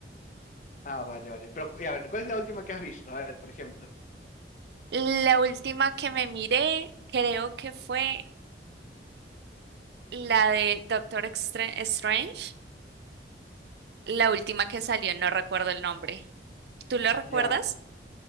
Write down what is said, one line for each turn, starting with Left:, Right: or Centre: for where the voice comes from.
Left: Ah, vale, vale. Pero, y a ver, ¿cuál es la última que has visto? A ver, por ejemplo.
Right: La última que me miré, creo que fue la de Doctor Extra- Strange. La última que salió, no recuerdo el nombre. ¿Tú lo
Left: Ya,
Right: recuerdas?